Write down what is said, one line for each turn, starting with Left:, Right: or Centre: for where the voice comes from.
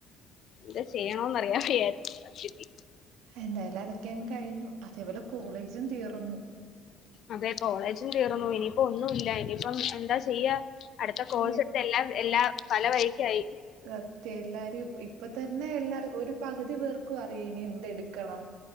Left: എന്താ ചെയ്യണോന്ന്റില <unintelligible>
Right: എന്തായാലും അതൊക്കെ അങ്ങ് കഴിഞ്ഞു അതേപോലെ കോളേജും തീർന്നു.
Left: അതെ കോളേജും തീർന്നു ഇനിയിപ്പോ ഒന്നും ഇല്ല ഇനിയിപ്പം എന്താ ചെയ്യാ അടുത്ത
Right: അതെ
Left: കോഴ്സ് എല്ലാം എല്ലാ പല വഴിക്ക ആയി
Right: സത്യ എല്ലാരും ഇപ്പൊ തന്നെ എല്ലാർക്കും ഒരു പകുതി പേർക്കും അറിയാം ഇനി എന്തടു ക്കണം